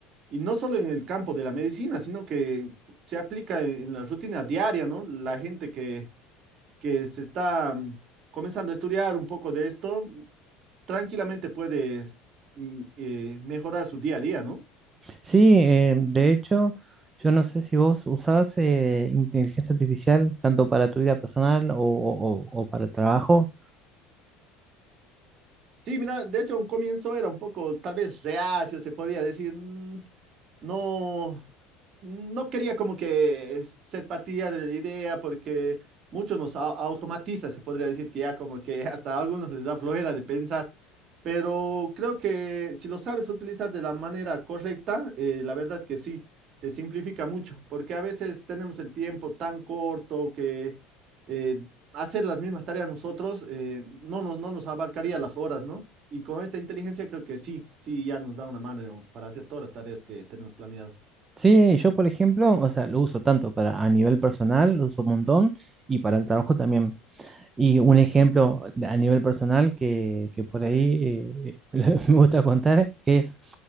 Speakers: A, on the right; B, on the right.
A: Y no solo en el campo de la medicina, sino que se aplica en, en la rutina diaria, ¿no? La gente que, que se está mm, comenzando a estudiar un poco de esto, tranquilamente puede mm, eh, mejorar su día a día, ¿no?
B: Sí, eh, de hecho, yo no sé si vos usabas eh, inteligencia artificial tanto para tu vida personal o, o- o- o para el trabajo.
A: Sí, mira, de hecho, a un comienzo era un poco, tal vez reacio, se podía decir, "Mm, no. no quería como que es- ser partidario de la idea porque muchos nos au- automatiza, se podría decir que ya como que hasta a algunos les da flojera de pensar, pero creo que si lo sabes utilizar de la manera correcta, eh, la verdad que sí, te simplifica mucho, porque a veces tenemos el tiempo tan corto que eh, hacer las mismas tareas nosotros eh, no nos, no nos abarcaría las horas, ¿no? Y con esta inteligencia creo que sí, sí, ya nos da una mano para hacer todas las tareas que tenemos planeadas.
B: Sí, yo por ejemplo, o sea, lo uso tanto para a nivel personal, lo uso un montón, y para el trabajo también. Y un ejemplo de- a nivel personal que, que por ahí eh, <laughs> me gusta contar es